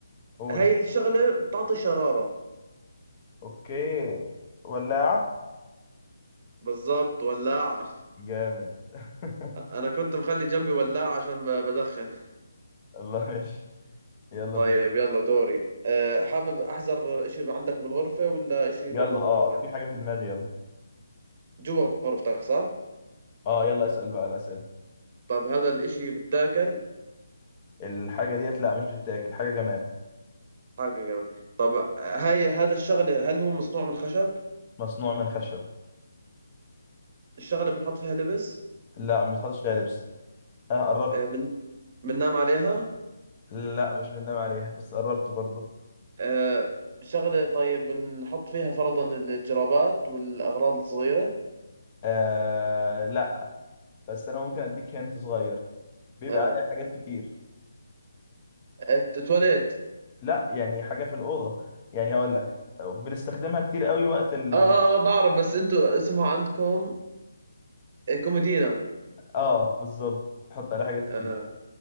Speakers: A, on the left; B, on the right.
A: قول
B: هاي الشغلة بتعطي شرارة
A: اوكي ولاعه
B: بالضبط ولاعة
A: جامد <laughs>
B: انا كنت مخلي جنبي ولاعة عشان ب- بدخن
A: الله ماشي يلا
B: طيب
A: بينا
B: يلا دوري آه حابب احذر اشي عندك بالغرفة ولا اشي
A: يلا
B: برا الغرفة
A: اه في حاجة في دماغي يلا
B: جوا غرفتك صح
A: اه يلا اسأل بقى الأسئلة
B: طب هذا الاشي بتاكل
A: الحاجة ديت لا مش بتتاكل حاجة جماد
B: حاجة جميلة طب هاي هذا الشغل هل هو مصنوع من خشب
A: مصنوع من خشب
B: الشغلة بنحط فيها لبس
A: لا ما بتحطش فيها لبس اه قربت
B: آه، بن بننام عليها
A: لا مش بننام عليها بس قربت برضو
B: آه، شغلة طيب بنحط فيها فرضا الجرابات والأغراض الصغيرة
A: آه لا بس انا ممكن اديك هنت صغير بيبقى
B: اه
A: عليها حاجات كتير
B: الت- التواليت
A: لا يعني حاجة في الأوضة يعني هقول لك بنستخدمها كتير قوي وقت ال
B: اه اه آه، بعرف بس انتوا اسمها عندكم آه، كومودينا
A: اه بالظبط نحط عليها حاجات كتير
B: اه